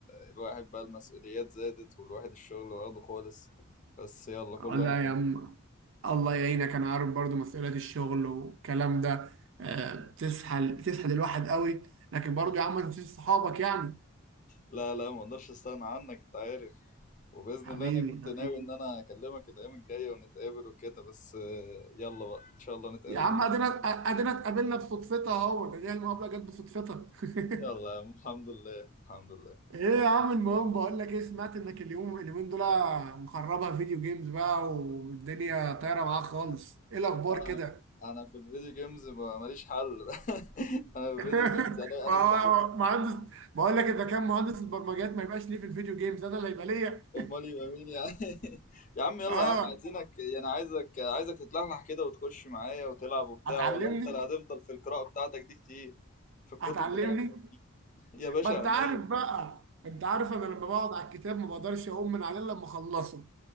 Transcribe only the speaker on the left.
الواحد بقى المسؤوليات زادت والواحد الشغل واخده خالص بس يلا كل
واحد مشغول
لا لا ما اقدرش استغنى عنك انت عارف وبإذن
الله انا كنت
ناوي ان انا اكلمك الأيام الجاية ونتقابل وكده بس آه، يلا بقى ان شاء الله نتقابل
نجي.
يلا يا عم الحمد لله الحمد لله
انا
انا في الفيديو جيمز ما- ماليش حل <laughs> انا في
الفيديو جيمز انا
انا مش عارف
امال يبقى مين يا عم <laughs> يا عم
يلا
يا عم عايزينك يعني عايزك عايزك تتلحلح كده وتخش معايا وتلعب وبتاع
ولا انت اللي هتفضل في القراءة بتاعتك دي كتير في الكتب
بتاعتك <laughs> يا باشا
عينيا